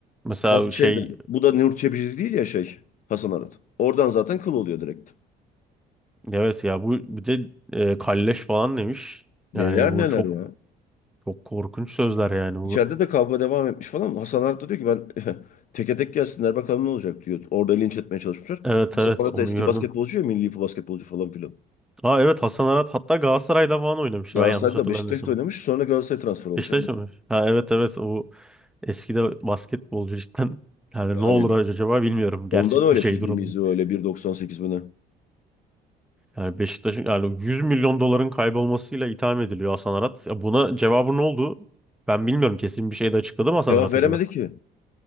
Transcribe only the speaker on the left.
Ha, şey
de bu da Nur Çebici değil ya şey Hasan Arat. Oradan zaten kıl oluyor direkt.
Neler
neler
ya.
İçeride de kavga devam etmiş falan. Hasan Arat da diyor ki ben <laughs> teke tek gelsinler bakalım ne olacak diyor. Orada linç etmeye çalışmışlar.
Hasan
Arat
da eski
basketbolcu ya milli basketbolcu falan filan.
Galatasaray'da
Beşiktaş'ta oynamış. Sonra Galatasaray transfer olmuş.
Yani
Yani
ondan öyle
fiziğimizi
öyle 1.98 mi ne?
Cevap
veremedi
ki.